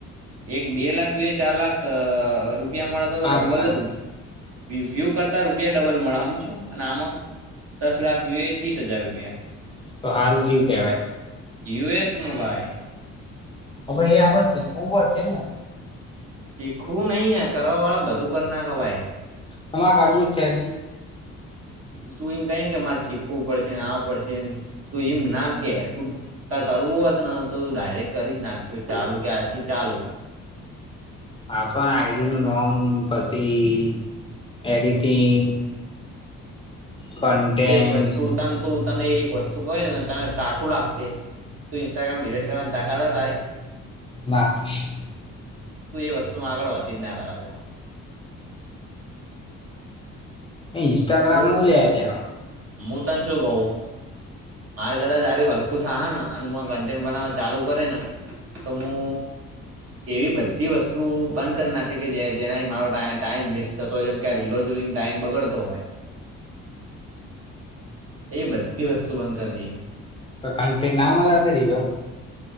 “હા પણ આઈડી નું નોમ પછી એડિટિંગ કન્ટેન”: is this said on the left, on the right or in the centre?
Left